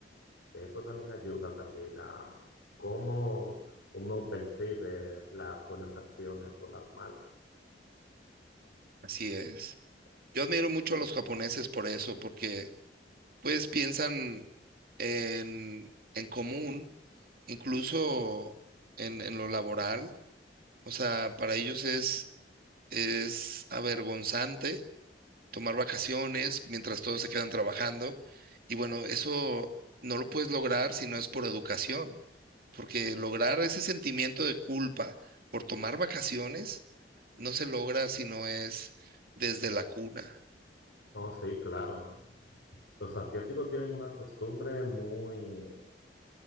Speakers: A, on the left (about 70°); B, on the right (about 55°).
A: Que eso también ayuda también a cómo uno percibe las buenas acciones o las malas.
B: Así es. Yo admiro mucho a los japoneses por eso, porque pues piensan en, en común, incluso en, en lo laboral. O sea, para ellos es, es avergonzante tomar vacaciones mientras todos se quedan trabajando. Y bueno, eso no lo puedes lograr si no es por educación. porque lograr ese sentimiento de culpa por tomar vacaciones no se logra si no es desde la cuna.
A: oh sí, claro. Los asiáticos tienen una costumbre muy,